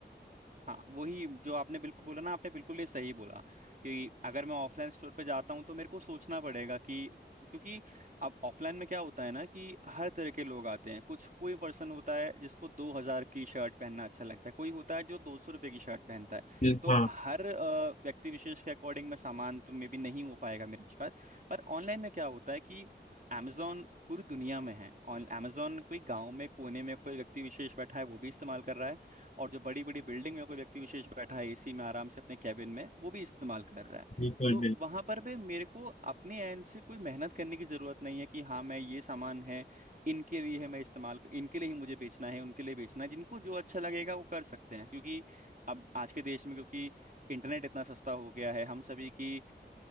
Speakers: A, on the right (about 45°); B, on the left (about 40°).
A: हाँ वही जो आपने बिल्कुल बोला ना आपने बिल्कुल ये सही बोला कि अगर मैं ऑफलाइन स्टोर पे जाता हूँ तो मेरे को सोचना पड़ेगा कि क्योंकि अब ऑफलाइन में क्या होता है ना कि हर तरह के लोग आते हैं कुछ कोई पर्सन होता है जिसको दो हजार की शर्ट पहनना अच्छा लगता है कोई होता है जो दो सौ रुपये की शर्ट पहनता है
B: बिल्कुल
A: तो
B: हाँ
A: हर अ, व्यक्ति विशेष के अकॉर्डिंग में सामान तो मे बी नहीं हो पाएगा मेरे पास पर ऑनलाइन में क्या होता है कि Amazon पूरी दुनिया में है और Amazon कोई गांव में कोने में कोई व्यक्ति विशेष बैठा है वो भी इस्तेमाल कर रहा है और जो बड़ी बड़ी बिल्डिंग में कोई व्यक्ति विशेष बैठा है एसी में आराम से अपने कैबिन में वो भी इस्तेमाल कर रहा है
B: बिल्कुल
A: तो
B: बिल्कुल
A: वहां पर भी मेरे को अपने एंड से कोई मेहनत करने की जरूरत नहीं है कि हाँ मैं ये सामान है इनके लिए है मैं इस्तेमाल इनके लिए ही मुझे बेचना है उनके लिए बेचना है जिनको जो अच्छा लगेगा वो कर सकते हैं क्योंकि अब आज के देश में क्योंकि इंटरनेट इतना सस्ता हो गया है हम सभी की